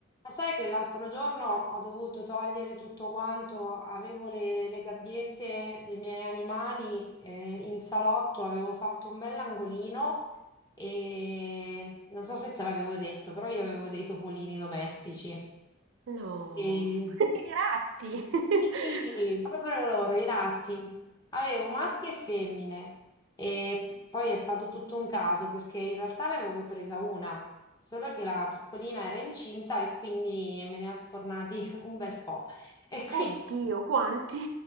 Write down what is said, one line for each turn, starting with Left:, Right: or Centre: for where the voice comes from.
Left: Ma sai che l'altro giorno ho dovuto togliere tutto quanto, avevo le, le gabbiette dei miei animali eh, in salotto, avevo fatto un bell'angolino e non so se te l'avevo detto, però io avevo dei topolini domestici.
Right: No,
Left: E Mm.
Right: <laughs> i ratti!
Left: Sì,
Right: <laughs>
Left: proprio loro, i ratti. Avevo maschi e femmine e poi è stato tutto un caso perché in realtà ne avevo presa una, solo che la piccolina era incinta e quindi me ne ha sfornati <laughs> un bel po'. E quindi
Right: Oddio, quanti?